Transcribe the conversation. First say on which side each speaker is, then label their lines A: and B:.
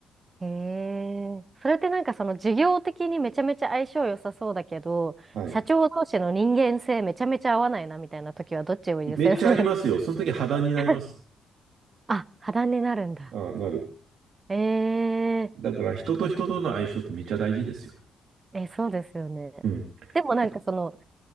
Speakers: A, on the right; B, on the right.
A: へえ。それってなんかその事業的にめちゃめちゃ相性良さそうだけど、
B: はい。
A: 社長同士の人間性めちゃめちゃ合わないなみたいな時はどっちを優先するの
B: めっちゃありますよ。その時破談になりますよ。
A: <laughs> あ、破談になるんだ。
B: ああ、なる。
A: ええ。
B: だから人と人との相性ってめっちゃ大事ですよ。
A: え、そうですよね。
B: うん。
A: でもなんかその、
B: た